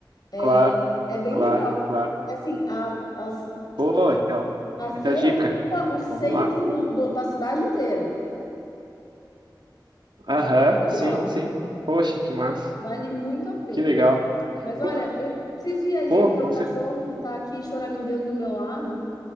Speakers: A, on the left (about 55°); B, on the right (about 80°).
A: É,
B: Claro,
A: é bem
B: claro,
A: legal.
B: claro.
A: E assim, a, a,
B: Pô, então,
A: a feira
B: muita dica.
A: ocupa o centro
B: Vamos lá.
A: do, do- da cidade inteira.
B: Aham,
A: É enorme.
B: sim, sim. Poxa, que massa.
A: Vale muito a pena.
B: Que legal.
A: Mas olha,
B: Pô,
A: eu preciso ir ali
B: pô,
A: ver
B: com
A: o cachorro
B: certeza.
A: que tá aqui choramingando do meu lado.